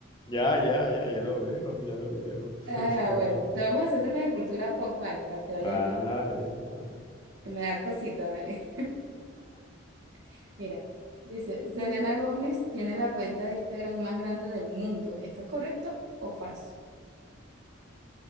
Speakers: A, on the left (about 20°); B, on the right (about 70°).
A: Ya, ya, ya, ya lo veo, ya lo veo. <laughs>
B: Ah, bueno, te vamos a hacer una de cultura pop, vale, para que vayas
A: Vale,
B: bien.
A: vale.
B: Me da cosita, ¿vale? <laughs> Mira, dice, Selena Gómez tiene la cuenta de Instagram más grande del mundo. ¿Esto es correcto o falso?